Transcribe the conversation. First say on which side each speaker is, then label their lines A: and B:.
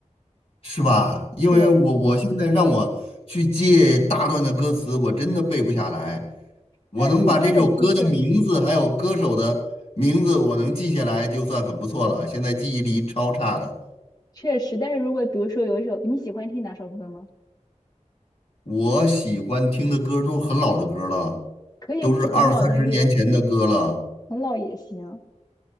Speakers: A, on the left (about 50°); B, on the left (about 30°).
A: 是吧？因为我我现在让我去记大段的歌词，
B: 对，
A: 我真的背不下来。我能把这首歌的名字还有歌手的名字，
B: 但副歌的部分
A: 我能记下来就算很不错了。现在记忆力超差的，
B: 确实，但是如果比如说有一首你喜欢听哪首歌吗？
A: 我喜欢听的歌都是很老的歌了，
B: 可以啊，
A: 都是二三十年前的歌了，
B: 就很老的给很老也行。